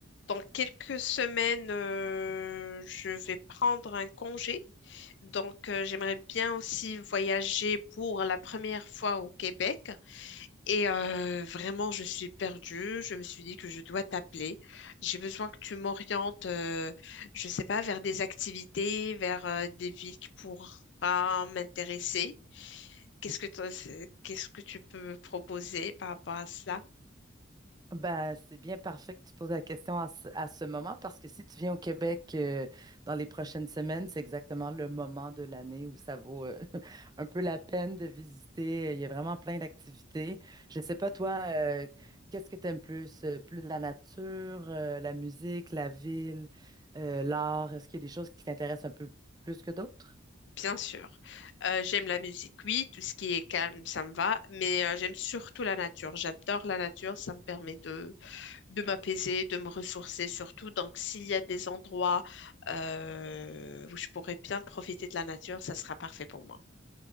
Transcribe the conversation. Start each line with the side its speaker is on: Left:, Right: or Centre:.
Left: Dans quelques semaines, euh, je vais prendre un congé. Donc, euh, j'aimerais bien aussi voyager pour la première fois au Québec. Et euh, vraiment, je suis perdue. Je me suis dit que je dois t'appeler. J'ai besoin que tu m'orientes, euh, je sais pas, vers des activités, vers euh, des villes qui pourraient m'intéresser. Qu'est-ce que t'en- qu'est-ce que tu peux me proposer par rapport à cela?
Right: Ben, c'est bien parfait que tu poses la question à ce, à ce moment parce que si tu viens au Québec euh, dans les prochaines semaines, c'est exactement le moment de l'année où ça vaut euh, <laughs> un peu la peine de visiter. Il y a vraiment plein d'activités. Je ne sais pas, toi, euh, qu'est-ce que tu aimes plus? Euh, Plus la nature, euh, la musique, la ville, euh, l'art? Est-ce qu'il y a des choses qui t'intéressent un peu plus que d'autres?
Left: Bien sûr. Euh, j'aime la musique, oui, tout ce qui est calme, ça me va, mais euh, j'aime surtout la nature. J'adore la nature, ça me permet de, de m'apaiser, de me ressourcer surtout. Donc, s'il y a des endroits euh, où je pourrais bien profiter de la nature, ça sera parfait pour moi.